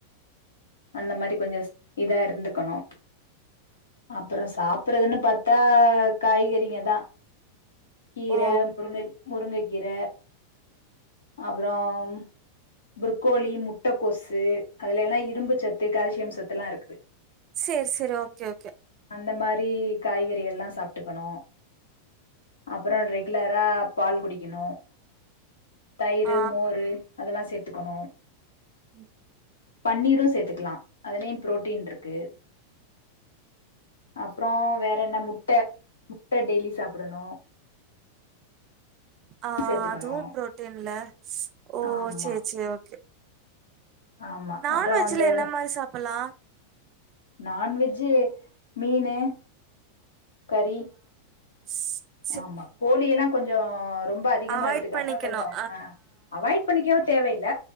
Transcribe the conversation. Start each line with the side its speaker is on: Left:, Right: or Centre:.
Left: அந்த மாரி கொஞ்சஸ் இதா இருந்துக்கணு அப்புறோ சாப்புறதுன்னு பாத்தா காய்கறிங்க தா கீர
Right: ஓ!
Left: முருங்கக் முருங்கக்கீர அப்றோம் புருக்கோழி முட்ட கோசு அதுலையெலா இரும்பு சத்து கால்சியம் சத்துலா இருக்குது
Right: சேர் சேரி ஓகே ஓகே
Left: அந்த மாரி காய்கறியெல்லா சாப்டுக்கனூ அப்ரோம் ரெகுலரா பால் குடிக்கனும் தயிரு
Right: ஆ,
Left: மோரு அதெல்லாம் சேத்துக்கனும்
Right: உம்
Left: பன்னீரும் சேத்துக்கலாம் அதுலயும் ப்ரோட்டீன்ருக்கு அப்ரோம் வேற என்ன முட்டை முட்டை டெய்லி சாப்டனும்
Right: ஆஹ
Left: சேத்துக்கணு
Right: அதுவும் ப்ரோட்டீன்ல ஓ
Left: ஆமா
Right: சேர் சேரி ஓகே
Left: ஆமா
Right: நான்வெஜ்ல
Left: அப்றோ அந்த
Right: என்ன மாரி சாப்பலாம்
Left: நான்வெஜ்ஜூ மீனு கறி
Right: இஸ்
Left: ஆமா கோழியெல்லா கொஞ்சோ ரொம்ப அதிகமா
Right: அவாய்ட்
Left: எடுத்துக்காம
Right: பண்ணிக்கணும்.
Left: கொஞ்சோ ஆ அவாய்ட் பண்ணிக்கவு தேவையில்ல